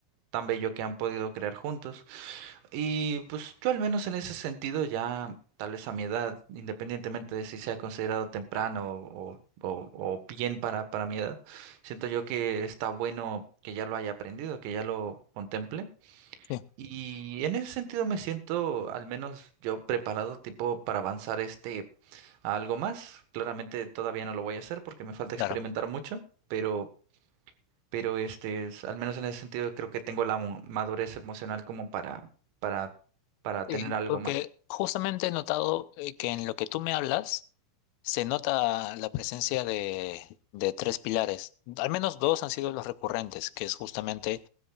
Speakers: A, on the right (about 85°); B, on the left (about 80°).
A: tan bello que han podido crear juntos. Y pues yo al menos en ese sentido ya, tal vez a mi edad, independientemente de si sea considerado temprano o, o- o bien para, para mi edad, siento yo que está bueno que ya lo haya aprendido, que ya lo contemple.
B: Sí,
A: Y en ese sentido me siento al menos yo preparado tipo para avanzar este a algo más. Claramente todavía no lo voy a hacer porque me falta
B: claro.
A: experimentar mucho, pero pero este, es- al menos en ese sentido creo que tengo la mo- madurez emocional como para, para, para tener
B: Sí,
A: algo
B: porque
A: más.
B: justamente he notado eh, que en lo que tú me hablas se nota la presencia de, de tres pilares. Al menos dos han sido los recurrentes, que es justamente